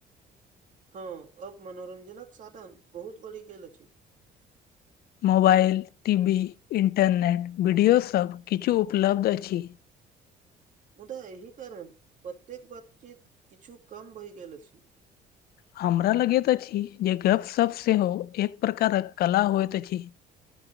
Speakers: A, on the right (about 50°); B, on the left (about 65°).
A: हँ अब मनोरंजनक साधन बहुत बड़ी गेल अछि
B: मोबाइल टी वी इन्टरनेट वीडियोसभ किछु उपलब्ध अछि
A: मुदा एहि कारण प्रत्येक बातचीत किछु कम भइ गेल अछि
B: हमरा लगैत अछि जे गपशप सेहो एक प्रकारक कला होइत अछि